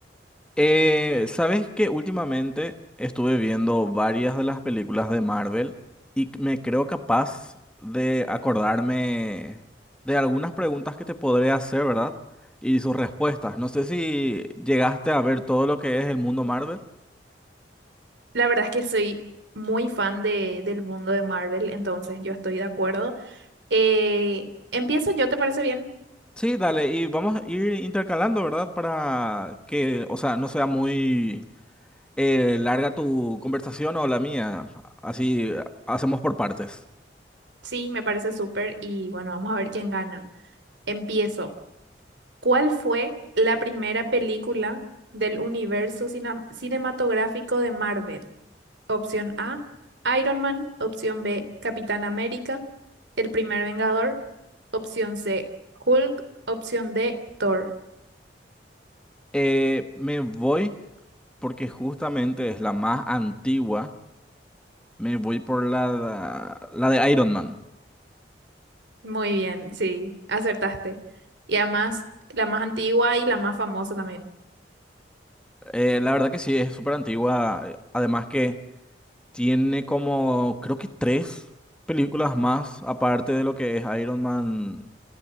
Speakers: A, in the centre; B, on the right.
A: Eh, ¿sabes que Últimamente estuve viendo varias de las películas de Marvel y me creo capaz de acordarme de algunas preguntas que te podré hacer, ¿verdad? Y sus respuestas. No sé si llegaste a ver todo lo que es el mundo Marvel.
B: La verdad es que soy muy fan de, del mundo de Marvel, entonces yo estoy de acuerdo. Eh, empiezo yo, ¿te parece bien?
A: Sí, dale, y vamos a ir intercalando, ¿verdad? Para que, o sea, no sea muy eh, larga tu conversación o la mía. Así hacemos por partes.
B: Sí, me parece súper y bueno, vamos a ver quién gana. Empiezo. ¿Cuál fue la primera película del universo cina- cinematográfico de Marvel? Opción A, Iron Man. Opción B, Capitán América. El primer Vengador. Opción C, Hulk. Opción D, Thor.
A: Eh, me voy. porque justamente es la más antigua. Me voy por la, la de Iron Man.
B: Muy bien, sí, acertaste. Y además, la más antigua y la más famosa también.
A: Eh, la verdad que sí, es súper antigua. eh, Además que tiene como, creo que tres películas más, aparte de lo que es Iron Man,